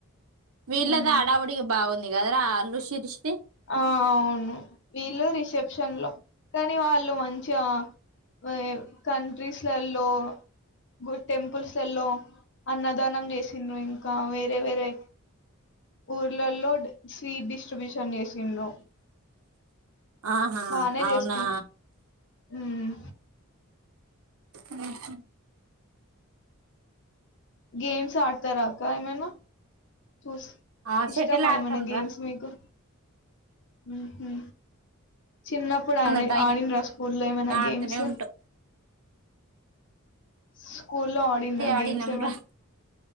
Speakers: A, on the right; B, on the left.
A: వీళ్ళదె
B: ఉమ్,
A: అడావుడిగా బాగుంది కదరా అల్లు షిరీష్ ది
B: ఆ అవును వీళ్ళు రిసెప్షన్ లో కానీ వాళ్ళు మంచిగా <unintelligible> కంట్రీస్ లల్లో గు టెంపుల్స్ లల్లో అన్నదానం చేసిండ్రు ఇంకా వేరే వేరే ఊర్లలో డ్ స్వీట్ డిస్ట్రిబ్యూషన్ చేసిండ్రు
A: ఆహా
B: బానే
A: అవునా
B: చేసుకున్నా హ్మ్
A: మ్ హు
B: గేమ్స్ ఆడతారక్క ఏమైనా? చూస్
A: ఆ
B: ఇష్టమా
A: షటిల్ ఆడతాం
B: ఏమైన గేమ్స్
A: రా
B: మీకు? మ్ హు చిన్నప్పుడు
A: అందట
B: ఆడి ఆడిండ్రా స్కూల్లో ఏమైనా
A: ఆడుతూనే
B: గేమ్స్?
A: ఉంటాం
B: స్కూల్లో ఆడిండ్రా
A: ఆడినాం
B: గేమ్స్ ఏమైనా?
A: రా